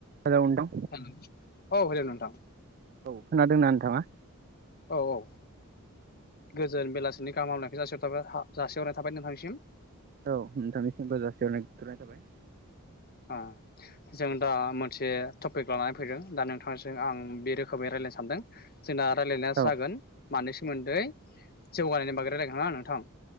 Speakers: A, on the right; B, on the left.
A: Hello नोंथां
B: होन औ होल नों थां।
A: औ खोनादोंना नोंथाङा?
B: औ औ गोज जोन बेलासिनि गाहाम हामग्लायनायखौ जासि हरनाय थाबनाय जासिहरनाय थाबाय नोंथांसिम।
A: औ नोंथांनिसिमबो जासिहरनाय गोथोननाय थांबाय।
B: आ। जों दा मोनसे टपिक लानानै फैदों दा नोंथांजों आं बे रोखोमै रायज्लायनो सानदों जोंना रायलायनाया
A: औ
B: जागोन। मानि सोमोन्दै जौगानायनि बागै रायलायगोन हा नोंथां।